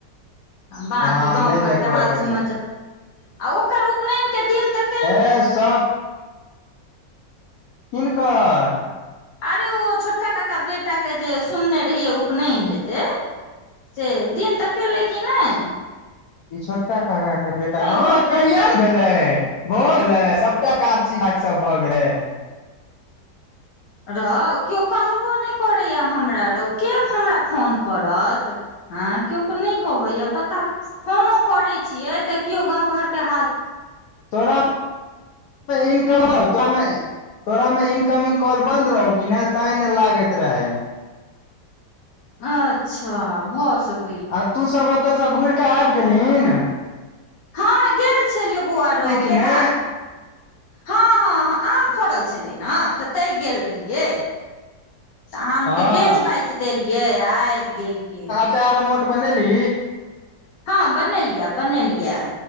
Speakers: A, on the left (about 80°); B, on the left (about 65°).
A: बकी
B: हँ
A: गाँंव
B: नहि
A: घर
B: देखबऽ
A: के हाल समाचार
B: छै
A: आ ओकर उपनयन के दिन तक
B: ए सब किन्कर
A: अरे ओ छोटका काका बेटा के जे सुनने रहियै उपनयन हेतै से दिन तकेलै कि नहि
B: ई छोटका काका के बेटा
A: नहि ओ
B: कहिय ने भेले भो सबटा काज छ ई सब भऽ गेलै
A: रौ केओ कहबो नहि करैए हमरा रौ के हमरा फोन करत आँ केओ के नहि कहैएा बता फोनो करैत छियै तऽ केओ गाँउ घर के हाल
B: थोड़ा इनक तमे तोरा में इनकमिंग कॉल बंन्द रहौ कि नहि तां नहि लागैत रहे
A: अच्छा भऽ सक
B: आ तू सब ओतय से घुर कऽ आबि गेलहीन
A: हँ गेल छलियै बौआ रो
B: कि
A: केदार
B: ने
A: हँ हँ हँ आम फड़ल छलै ने तऽ तय गेल रहियै तऽ आम
B: हँ
A: के बेच बच देलियै आबि गेलियै
B: आचार अमोट बनेली
A: हँ बनेलियै बनेलियै या